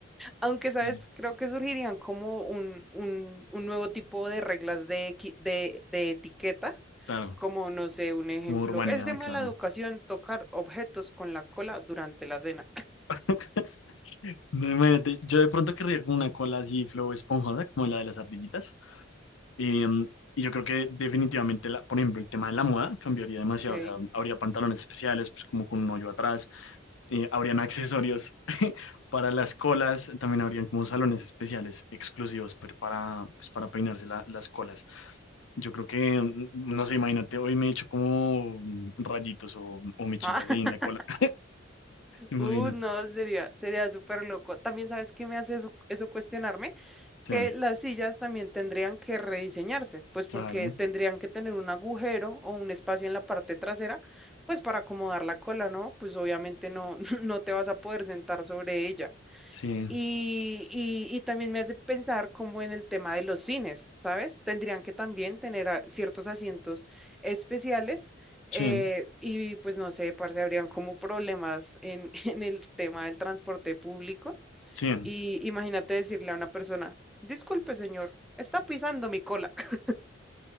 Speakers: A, in the centre; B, on the left.
A: Aunque, ¿sabes?
B: Claro,
A: Creo que surgirían como un, un, un nuevo tipo de reglas de, equi- de, de etiqueta,
B: claro.
A: como, no sé, un ejemplo,
B: Como urbanidad,
A: es de mala
B: claro.
A: educación tocar objetos con la cola durante la cena.
B: <laughs> No, imagínate, yo de pronto querría como una cola así flow esponjosa, como la de las ardillitas. Eh, y yo creo que definitivamente, la, por ejemplo, el tema de la moda cambiaría demasiado.
A: Ok.
B: O sea, habría pantalones especiales, pues como con un hoyo atrás, eh, habrían accesorios <laughs> para las colas, también habrían como salones especiales exclusivos per- para, pues, para peinarse la- las colas. Yo creo que, mm, no sé, imagínate, hoy me he hecho como mm, rayitos o, o mechitas
A: Ah,
B: ahí
A: <laughs>
B: en la cola. <laughs> Imagínate.
A: uh, no, sería, sería súper loco. También, ¿sabes qué me hace eso, eso cuestionarme?
B: Sí,
A: que las sillas también tendrían que rediseñarse, pues
B: claro,
A: porque tendrían que tener un agujero o un espacio en la parte trasera, pues para acomodar la cola, ¿no? Pues obviamente no, <laughs> no te vas a poder sentar sobre ella.
B: sí,
A: Y, y, y también me hace pensar como en el tema de los cines, ¿sabes? Tendrían que también tener a- ciertos asientos especiales
B: sí,
A: eh, y pues no sé, parce, habrían como problemas en, <laughs> en el tema del transporte público
B: sí.
A: y imagínate decirle a una persona, disculpe, señor, está pisando mi cola. <laughs>